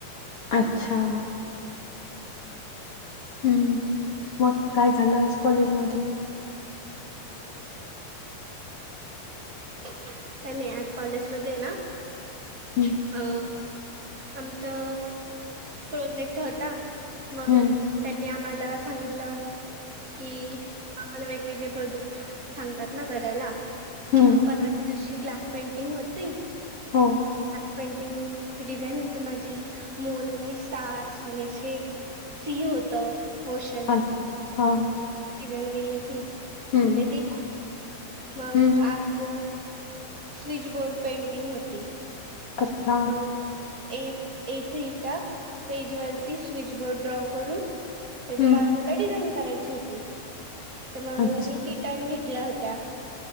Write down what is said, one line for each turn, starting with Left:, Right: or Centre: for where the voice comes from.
Left: अच्छा! हम, मग काय झालं आज कॉलेजमध्ये?
Right: <inaudible> काय नाही आज कॉलेज मध्ये ना.
Left: हम.
Right: अ आमचं प्रोजेक्ट होता मग
Left: हम्म
Right: त्यांनी आम्हाला सांगितल. कि आम्हाला वेगवेगळे प्रोजेक्ट सांगतात ना करायला.
Left: हम्म
Right: मग परवाच्या दिवशी ग्लास पेंटिंग होती.
Left: हो.
Right: काचपेंट पिंग ची डिझाईन होते माझी मून आणि स्टार्स आणि असे सी होत ओशन.
Left: अच्छा! हा.
Right: डिझाईन केली होती
Left: हम्म
Right: मग ते मग
Left: हम्म
Right: आज स्विचबोर्ड पेंटिंग होती.
Left: अच्छा
Right: हो. ए ए थ्रीच्या पेज वरती, स्विच बोर्ड ड्रॉ करून. तेच्या
Left: हम्म
Right: बाजूला डिझाईन करायची होती. तर मग
Left: अच्छा
Right: मी किटाण घेतल्या होत्या,